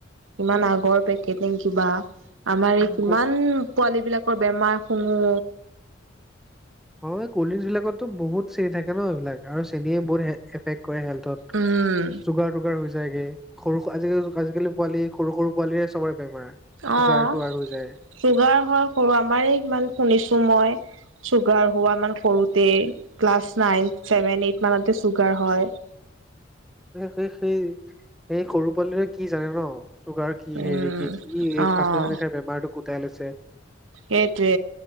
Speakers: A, on the right; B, in the centre.
A: ইমান আগৰ পেকেটিং কিবা। আমাৰ এই,
B: উম
A: কিমান পোৱালী বিলাকৰ বেমাৰ শুনো।
B: হয়, কল ড্ৰিংকছ বিলাকতো বহুত চেনি থাকে ন, এইবিলাক আৰু চেনিয়ে বহুত এফেক্ট কৰে হেল্থত,
A: উম
B: চুগাৰ-তুগাৰ হৈ যায়গৈ, সৰু আজিকালি পোৱালি সৰু, সৰু পোৱালিৱে চ'বৰে বেমাৰ। চুগাৰ
A: অ',
B: তুগাৰ হৈ যায়
A: চোগাৰ হয় সৰু, আমাৰে কিমান শুনিছোঁ মই। চুগাৰ হোৱা মানেই সৰুতেই, ক্লাছ নাইন, ছেভেন, এইট মানতে চুগাৰ হয়।
B: সেই, সেই, সেই, সৰু পোৱালিটোৱে, কি জানে ন। চুগাৰ কি,
A: উম
B: হেৰি কি, কি এই
A: অ
B: ফাষ্টফুড খিনি খাই বেমাৰটো গোটাই লৈছে।
A: সেইটোৱে,